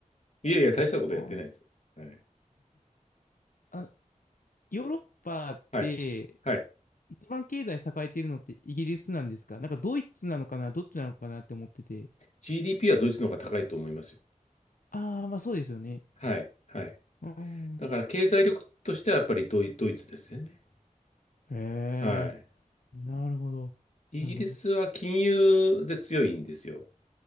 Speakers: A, on the left (about 55°); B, on the left (about 85°).
A: いやいや、大したことやってないですよ。
B: あー
A: はい。
B: あ、ヨーロッパって、
A: はい。はい。
B: 一番経済栄えているのってイギリスなんですかなんかドイツなのかなどっちなのかなって思ってて。
A: GDP はドイツの方が高いと思いますよ。
B: ああ、まあそうですよね。
A: はい、はい。
B: うん。
A: だから、経済力としてはやっぱりドイ、ドイツですよね。
B: へえ、
A: はい。
B: なるほど。
A: イギリスは金融で強いんですよ。
B: なるほど。